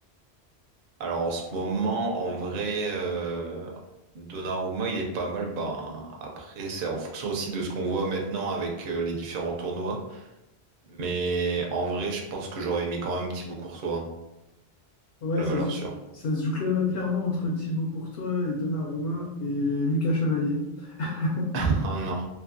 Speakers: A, on the right; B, on the left.
A: Alors en ce moment, en vrai, euh, Donnarumma, il est pas mal. Ben, après, c'est en fonction aussi de ce qu'on voit maintenant avec euh, les différents tournois. Mais en vrai, je pense que j'aurais mis quand même Thibaut Courtois, hein,
B: Ouais,
A: la
B: ça
A: valeur
B: se,
A: sûre.
B: ça se joue cla- clairement entre Thibaut Courtois et Donnarumma et Lucas Chevalier. <laughs>
A: <laughs> Oh non.